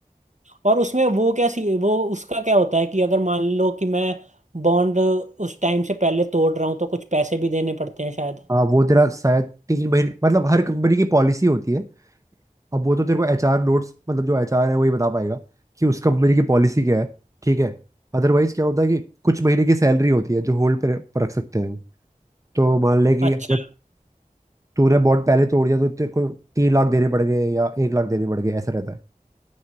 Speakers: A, on the right; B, on the right.
A: और उसमें वो क्या सी वो उसका क्या होता है कि अगर मान लो कि मैं बॉन्ड उस टाइम से पहले तोड़ रहा हूँ तो कुछ पैसे भी देने पड़ते हैं शायद
B: हाँ वो तेरा शायद तीन महीने मतलब हर कंपनी की पॉलिसी होती है अब वो तो तेरे को एचआर नोट्स मतलब जो एचआर है वही बता पाएगा कि उस कंपनी की पॉलिसी क्या है ठीक है अदरवाइज क्या होता है कि कुछ महीने की सैलरी होती है जो होल्ड पे पर रख सकते हैं तो मान ले कि
A: अच्छा
B: अगर तूने बॉन्ड पहले तोड़ दिया तो तेरे को तीन लाख देने पड़ गए या एक लाख देने पड़ गए ऐसा रहता है